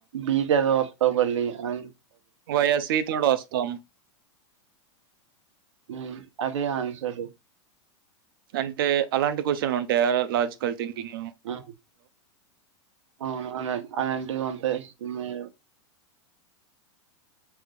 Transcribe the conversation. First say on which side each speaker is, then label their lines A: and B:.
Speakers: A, on the right (about 90°); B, on the right (about 50°).
A: బీ దగ్గ అబర్లి అనీ
B: వయ సీ తోడు వస్తాం.
A: హు అదే ఆన్సర్
B: అంటే అలాంటి క్వశ్చన్లు ఉంటాయా లాజికల్ థింకింగ్‌లో?
A: ఆ అవును అన ఉంటాయి మే